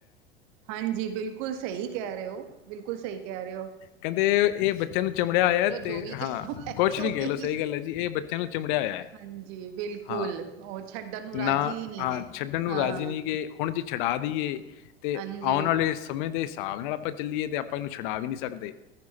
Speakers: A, on the right; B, on the left.
A: ਹਾਂਜੀ, ਬਿਲਕੁਲ ਸਹੀ ਕੈ ਰਏ ਔ, ਬਿਲਕੁਲ ਸਹੀ ਕੈ ਰਏ ਔ।
B: ਕੈੰਦੇ ਏ ਬੱਚਿਆਂ ਨੂੰ ਚਮੜਿਆ ਹੋਯੈ ਤੇ
A: ਜੋ ਵੀ ਕਹਿ
B: ਹਾਂ
A: ਲਓ ਹੈ
B: ਕੁਛ
A: ਤੇ ਉਹੀ
B: ਵੀ ਕੈਹ ਲੋ ਸਹੀ ਗੱਲ ਏ ਜੀ ਏਹ ਬੱਚਿਆਂ ਨੂੰ ਚਮੜਿਆ ਹੋਯੈ।
A: ਹਾਂਜੀ ਬਿਲਕੁਲ
B: ਹਾਂ,
A: ਉਹ ਛੱਡਣ ਨੂੰ
B: ਨਾ
A: ਰਾਜੀ ਹੀ ਨਹੀਂ
B: ਆਂ
A: ਨੇ
B: ਛੱਡਣ ਨੂੰ
A: ਹਾਂ
B: ਰਾਜ਼ੀ ਨੀ ਗੇ। ਹੁਣ ਜੇ ਛਡਾ ਦੇਈਏ, ਤੇ
A: ਹਾਂਜੀ
B: ਆਉਣ ਵਾਲੇ ਸਮੇਂ ਦੇ ਹਿਸਾਬ ਨਾਲ ਆਪਾਂ ਚੱਲੀਏ ਤੇ ਆਪਾਂ ਇਹਨੂੰ ਛਡਾ ਵੀ ਨਈ ਸਕਦੇ